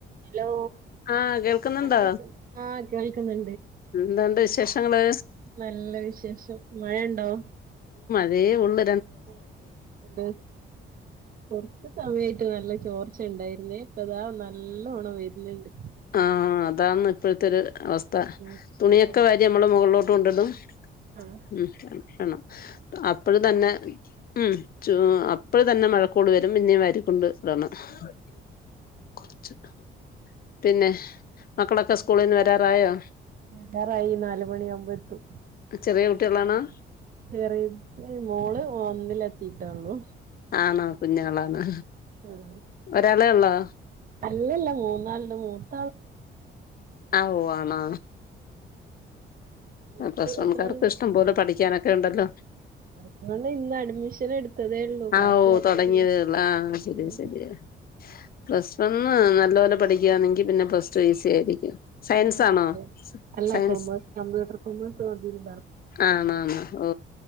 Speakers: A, on the right; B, on the left.
A: Hello
B: ആഹ് കേൾക്കുന്നുണ്ടോ
A: ആ കേക്ക്‌ ആ കേൾക്ക്‌ന്ന്
B: എന്തുണ്ട് വിശേഷങ്ങള്
A: നല്ല വിശേഷം മഴയുണ്ടോ
B: അതെ ഒള്ള
A: <unintelligible> കൊർച്ച് സമയായിട്ട് നല്ല ചോർച്ച ഉണ്ടായിരുന്നേ ഇപ്പ ഇതാ നല്ലോണം വര്ന്ണ്ട്
B: ആ അതാന്ന് ഇപ്പോഴത്തെ ഒരു അവസ്ഥ
A: ഉം
B: തുണിയൊക്കെ
A: അതന്നെ
B: വാരി നമ്മള് മുകളിലോട്ട് കൊണ്ടിടും
A: ആ
B: ഉം <unintelligible> അപ്പളും തന്നെ ഉം ചു അപ്പഴ തന്നെ മഴക്കോള് വരും പിന്നേ വാരി <unintelligible> പിന്നെ മക്കളൊക്കെ സ്കൂളിന്ന് വരാറായോ
A: വരാറായി നാല് മണി ആവുമ്പോ എത്തും
B: ചെറിയ കുട്ടികളാണോ
A: ചെറിയ മോള് ഒന്നില് എത്തിട്ടോള്ളു
B: ആണോ കുഞ്ഞളാണ്
A: ആ
B: ഒരാളേ ഒള്ളോ
A: അല്ലല്ല മൂന്നാള് ഇണ്ട് മൂന്നാ
B: ആവോ ആണോ
A: നിനക്ക്
B: പ്ലസ് വൺകാർക്ക്
A: എത്ര ആളുണ്ട്
B: ഇഷ്ടം പോലെ പഠിക്കാനൊക്കെ ഇണ്ടല്ലോ
A: പ്ലസ് വൺ ഇന്ന് അഡ്മിഷൻ എടുത്തതേ ഉള്ളൂ ക്ലാസ്
B: ആ ഓ
A: തുടങ്ങിയിട്ടില്ല
B: തോടങ്ങിയതെ ഒള്ളൂ ആ ശരി
A: ഉം
B: ശരിയാ പ്ലസ് വണ്ണ് നല്ല പോലെ പഠിക്കാണെങ്കി പിന്നെ പ്ലസ് ടു ഈസി ആയിരിക്കും സയൻസ്
A: ആ
B: ആണോ
A: അതെ അല്ല
B: സയൻസ്
A: കൊമേഴ്സ് കമ്പ്യൂട്ടർ കൊമേഴ്സ്‌ മതിരി
B: ആണാണ് ഓ